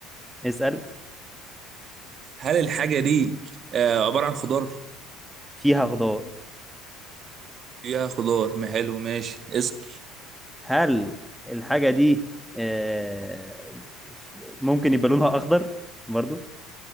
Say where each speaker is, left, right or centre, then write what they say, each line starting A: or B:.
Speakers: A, in the centre; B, on the right.
A: اسأل
B: هل الحاجه دي آه عباره عن خضار
A: فيها خضار
B: فيها خضار ما حلو ماشي اسال
A: هل الحاجة دي آه، ممكن يبقى لونها اخضر برضو